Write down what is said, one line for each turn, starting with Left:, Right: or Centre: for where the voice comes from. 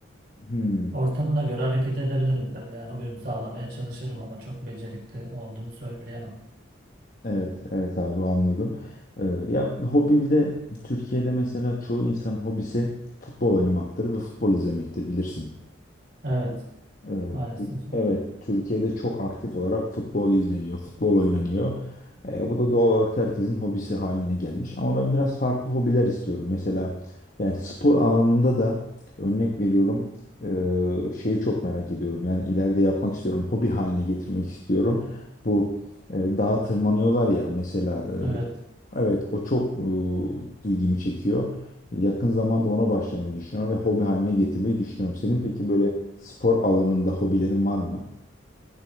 Left: Hmm,
Right: Ortamına göre hareket edebilirim tabii. Yani uyum sağlamaya çalışırım ama çok becerikli olduğumu söyleyemem.
Left: evet evet abi anladım. E, ya hobi bir de Türkiye'de mesela çoğu insanın hobisi futbol oynamaktır ve futbol izlemektir bilirsin.
Right: Evet,
Left: Ee,
Right: maalesef.
Left: Evet, Türkiye'de çok aktif olarak futbol izleniyor, futbol oynanıyor. Ee, bu da doğal olarak herkesin hobisi haline gelmiş. Ama ben biraz farklı hobiler istiyorum. Mesela yani spor alanında da örnek veriyorum ee, şeyi çok merak ediyorum. Yani ileride yapmak istiyorum, hobi haline getirmek istiyorum. Bu e, dağa tırmanıyorlar ya mesela e,
Right: Evet.
Left: Evet, o çok e, ilgimi çekiyor. Yakın zamanda ona başlamayı düşünüyorum ve hobi haline getirmeyi düşünüyorum. Senin peki böyle spor alanında hobilerin var mı?